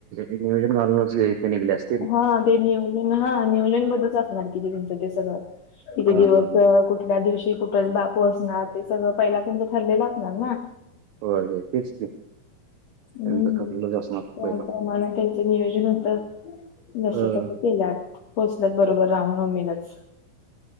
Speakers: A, on the right; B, on the left.
A: नियोजन घालूनच इतन निघली असत
B: हा ते नियोजन हा नियोजन बद्दलच असणार कि तेंचं ते सगळं. किती
A: हा हा
B: दिवस
A: हा
B: कुठल्या दिवशी कुटाय बापू असणार ते सगळं पइला तुमचं ठरलेलं असणार ना?
A: होय तेच की
B: हम्म
A: त्यांचं ठरलेलंच असणार
B: त्याप्रमाणे
A: पहिला.
B: तेंचं नियोजन हुत जस
A: अ
B: तस केल्यात पोहोचल्यात बरोबर रामनवमीलाच